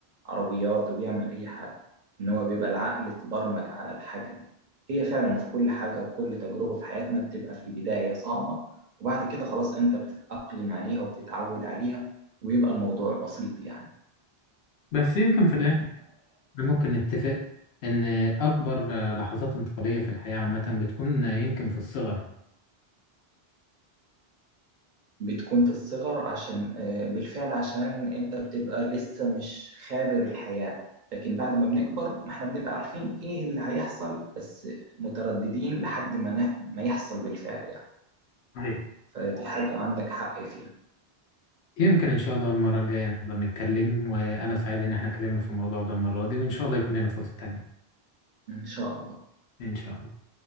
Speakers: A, on the right; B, on the left.
A: عربيات وبيعمل أي حاجة إن هو بيبقى العقل اتبرمج على الحاجة دي هي فعلا في كل حاجة وكل تجربة في حياتنا بتبقى في البداية صعبة وبعد كده خلاص أنت بتتأقلم عليها وبتتعود عليها ويبقى الموضوع بسيط يعني
B: بس يمكن في الآخر ممكن نتفق إن أكبر لحظات انتقالية في الحياة عامة بتكون يمكن في الصغر
A: بتكون في الصغر عشان آه، بالفعل عشان انت بتبقى لسه مش خابر الحياة لكن بعد ما بنكبر ما احنا بنبقى عارفين ايه اللي هيحصل بس مترددين لحد ما نا- ما يحصل بالفعل يعني
B: صحيح
A: فدي حاجة عندك حق فيها
B: يمكن إن شاء الله المرة الجاية نقدر نتكلم وأنا سعيد إن إحنا اتكلمنا في الموضوع ده المرة دي وإن شاء الله يكون لنا فرصة تانية
A: ان شاء الله
B: إن شاء الله